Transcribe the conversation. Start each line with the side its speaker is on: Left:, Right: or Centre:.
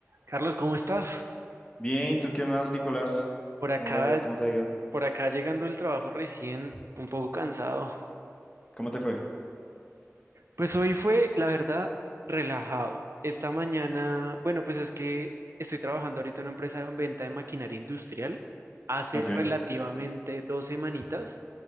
Right: Carlos, ¿cómo estás?
Left: Bien, ¿tú qué más, Nicolás?
Right: Por acá,
Left: ¿Cómo la, cómo te ha ido?
Right: por acá llegando del trabajo recién, un poco cansado.
Left: ¿Cómo te fue?
Right: Pues hoy fue, la verdad, relajado. Esta mañana, bueno, pues es que estoy trabajando ahorita en una empresa de venta de maquinaria industrial. Hace
Left: Ok,
Right: relativamente dos semanitas.